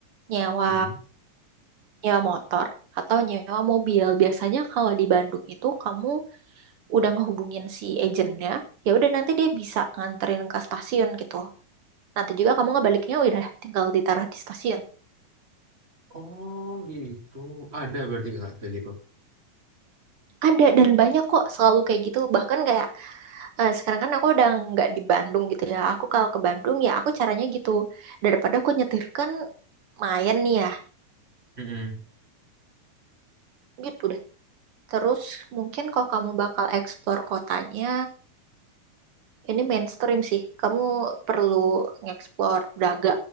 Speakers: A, on the right; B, on the right.
A: nyewa
B: Mhm.
A: nyewa motor atau nyewa mobil. Biasanya kalau di Bandung itu kamu udah ngehubungin si agennya, ya udah nanti dia bisa nganterin ke stasiun gitu. Nanti juga kamu ngebaliknya udah tinggal ditaruh di stasiun.
B: Oh, gitu. Ada berarti, Kak, kayak gitu?
A: Ada dan banyak kok selalu kayak gitu. Bahkan kayak eh, sekarang kan aku udah nggak di Bandung gitu ya. Aku kalau ke Bandung ya aku caranya gitu. Daripada aku nyetir kan main nih ya.
B: Mhm.
A: Gitu deh. Terus mungkin kalau kamu bakal explore kotanya, ini mainstream sih. Kamu perlu nge-explore Braga.